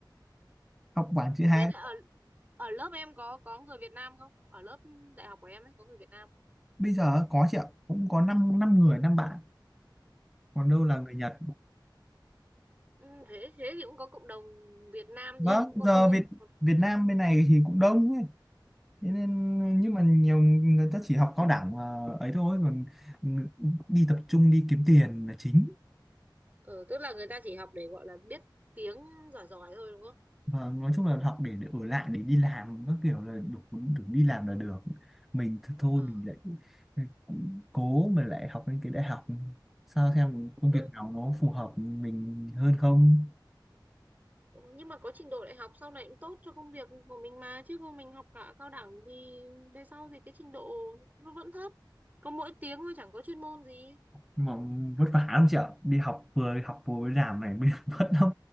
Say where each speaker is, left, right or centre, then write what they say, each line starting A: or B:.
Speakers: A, in the centre; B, on the right.
A: học bảng chữ Hán
B: thế là ở ở lớp em có có người Việt Nam không ở lớp đại học của em ấy có người Việt Nam không
A: bây giờ có chị ạ cũng có 5 năm năm người năm bạn còn
B: Ờ.
A: đâu là người Nhật
B: ừ, thế thế thì cũng có cộng đồng Việt Nam
A: vâng
B: thì cũng còn
A: giờ
B: vui
A: Việt
B: còn vui
A: Việt
B: nữa
A: Nam bên này thì cũng đông ấy Thế nên
B: Ờ.
A: nhưng mà nhiều người ta chỉ học cao đẳng và ấy thôi còn đi tập trung đi kiếm tiền là chính
B: Ờ, tức là người ta chỉ học để gọi là biết tiếng giỏi giỏi thôi đúng không?
A: và nói chung là học để, để ở lại để đi làm các kiểu là đủ, đủ đi làm là được mình th- thôi
B: Ờ.
A: mình lại ừ, cố mà lại học lên cái đại học sao xem công
B: ừ
A: việc nào nó phù hợp mình hơn không
B: Ừ, nhưng mà có trình độ đại học sau này cũng tốt cho công việc của mình mà chứ không mình học cả cao đẳng thì về sau thì cái trình độ nó vẫn thấp có mỗi tiếng thôi chẳng có chuyên môn gì
A: nhưng mà vất vả lắm chị ạ đi học vừa đi học vừa mới làm này mới <laughs> vất lắm